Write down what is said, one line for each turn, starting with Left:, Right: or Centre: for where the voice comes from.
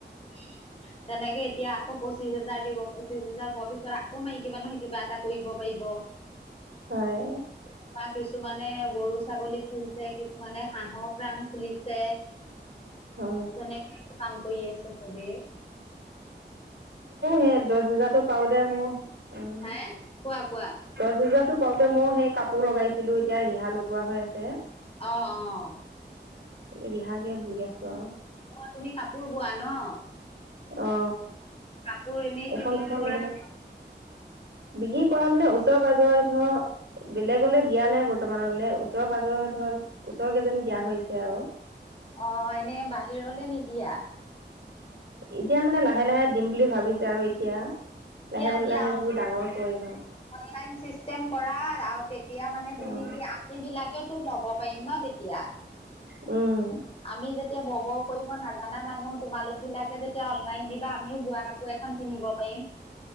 Left: উম তেনেকে এতিয়া আকৌ পঁচিশ হেজাৰ দিব পঁচিশ হেজাৰ পোৱাৰ পিছত আকৌ মাইকী মানুহে কিবা এটা কৰিব পাৰিব <unintelligible>
Right: হয়
Left: বা কিছুমানে গৰু, ছাগলী পুহিছে কিছুমানে হাঁহৰ ফাৰ্ম খুলিছে
Right: অ
Left: তেনেকেই কাম কৰি আছে চবে
Right: এ দহ হেজাৰতো পাওঁতে মোৰ উম
Left: হে কোৱা কোৱা
Right: দহ হোজাৰতো পাওঁতে মই সেই কাপোৰ লগাইছিলো এতিয়া ৰিহা লগোৱা হৈ আছে
Left: অ অ
Right: ৰিহাকে বুই আছো আৰু
Left: অ তুমি কাপোৰ বোৱা ন
Right: অ
Left: কাপোৰ এনেই
Right: এখন
Left: কি বিক্ৰী
Right: দুখন
Left: কৰা
Right: এইবিলাক
Left: নে
Right: বিক্ৰী কৰা মানে ওচৰে পাজৰে ধৰ বেলেগলে দিয়া নাই বৰ্তমানলৈ ওচৰ পাজৰে ধৰ ওচৰ কেইজনী দিয়া হৈছে আৰু।
Left: অ এনে বাহিৰলে নিদিয়া
Right: এতিয়া মানে লাহে লাহে দিম বুলি ভাবিছা আৰু এতিয়া
Left: দিয়া
Right: লাহে বোল
Left: দিয়া
Right: লাহে
Left: অ
Right: বোৰ ডাঙৰ কৰিম আৰু।
Left: অনলাইন চিষ্টেম কৰা আৰু তেতিয়া মানে তুমি
Right: অ
Left: কি আমি বিলাকেও তো ল'ব পাৰিম ন তে তিয়া
Right: উম
Left: আমি যেতিয়া বব কৰিব নাজানা মানুহ তোমালোক বিলাকে যেতিয়া অনলাইন দিবা আমিও বোৱা কাপোৰ এখন পিন্ধিব পাৰিম।